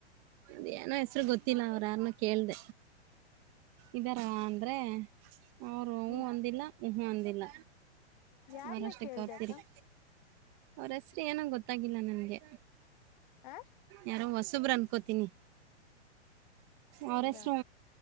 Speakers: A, on the right; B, on the left.
A: ಅದ ಏನೋ ಹೆಸರು ಗೊತ್ತಿಲ್ಲ ಅವ್ರ ಯಾರನ್ನ ಕೇಳ್ದ ಇದಾರ ಅಂದ್ರೆ ಅವರು ಹು
B: ಹ್ಮ್
A: ಅಂದಿಲ್ಲ ಊಹೂ ಅಂದಿಲ್ಲ
B: ಯಾರ್ನ
A: ಅವರಷ್ಟಕ್ಕೆ
B: ಕೇಳಿದೆ
A: ಅವ್ರ ತಿರ್ಗ
B: ಅಕ್ಕ
A: ಅವ್ರ ಹೆಸ್ರ ಏನೋ ಗೊತ್ತಾಗಿಲ್ಲ ನನ್ಗೆ
B: ಆ
A: ಯಾರೋ ಹೊಸ ಹೊಸಬರು ಅನ್ಕೊಂತೀನಿ ಅವ್ರ
B: ಹೌದಾ
A: ಹೆಸರು